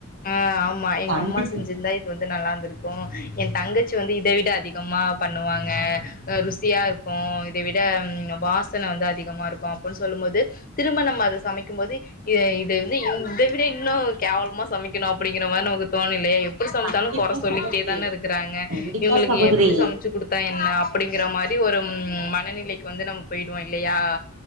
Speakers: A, on the left; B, on the right.
A: ஆ ஆமா எங்க
B: கண்டிப்பா
A: அம்மா செஞ்சிருந்தா நல்லாந்து இருக்கும் எய தங்கச்சி வந்து இத விட அதிகமா பண்ணுவாங்க ருசியா இருக்கும் இத விட வாசன வந்து அதிகமாக இருக்கும் அப்டின்னு சொல்லும் போது திரும்ப நம்ப அத சமைக்கும் போது இத இத வந்து இத விட இன்னு கேவலமா சமைக்கணும் அப்டிங்கிற மாதிரி நமக்கு தோணுல்லயா எப்டி சமைச்சாலு
B: கண்டிப்பா
A: குறை சொல்லிட்டே
B: சகோதரி
A: தான இருக்குறாங்க
B: கண்டிப்பா
A: இவங்களுக்கு
B: சகோதரி
A: எப்டி சமைச்ச ச்சு கொடுத்தா என்ன அப்டிங்கர மாதிரி ஒரு ம்ம் மனநிலைக்கு வந்து நம்ம போயிடுவோ இல்லயா